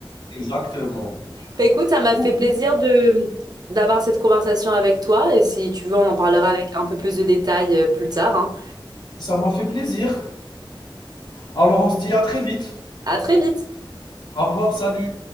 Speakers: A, on the left (about 60°); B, on the right (about 50°).
A: exactement.
B: Bah, écoute, ça m'a
A: OK,
B: fait plaisir de d'avoir cette conversation avec toi et si tu veux, on en parlera avec un peu plus de détails euh, plus tard, hein.
A: ça m'a fait plaisir. Alors on se dit à très vite.
B: À très vite.
A: Au revoir, salut.